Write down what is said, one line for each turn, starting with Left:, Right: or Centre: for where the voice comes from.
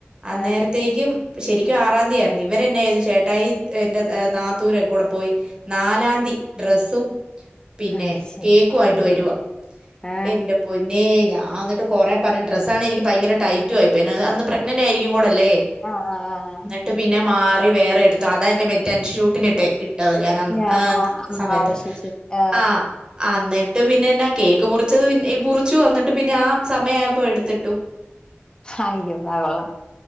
Right: അന്നേര-
Left: ആ
Right: ത്തേയ്ക്കും ശെരിക്കും ആറാതി യായിരുന്നു. ഇവരെന്നയ്തു ചേട്ടായി എൻ്റെ നാത്തൂനും കൂടെ പോയി- നാലാതി ഡ്രസ്സും പിന്നെ
Left: അയ്ശരി
Right: കേക്കുവായിട്ട് വരുവാ-
Left: ആ
Right: എന്റെ പൊന്നേ ഞാന്നിട്ട്കൊറെ പർഞ്ഞ്. ഡ്രസ്സാണെ എനിക്ക് ഭയിങ്കര ടൈറ്റുവായിപ്പോയി. പിന്നെ അന്ന് പ്രഗ്ന- ഗ്നന്റായിരിക്കും കൂടല്ലേ -
Left: ആഹ് ആഹ് ആഹ് ആഹ്
Right: ങ്ങട്ട് പിന്നെ മാറി വേറെ എടുത്തു. അതാ ന്റെ മറ്റേ അൻഷൂട്ടിനിട്ടേ. ട്ട ഞാൻ
Left: ഞാ
Right: ആഹ്
Left: ആ
Right: സമയത്ത്
Left: ആ ഓ ശരി ശരി ആ
Right: ആഹ് അഹ് ന്നിട്ട് പിന്നെന്നാ കേക്ക് മുറിച്ചത് പിന്ന മുറിച്ചു. എന്നിട്ട് പിന്നെ ആ സമയായപ്പോ എടുത്തിട്ടു.
Left: അയ്യോ ആഹ് കൊള്ളാം.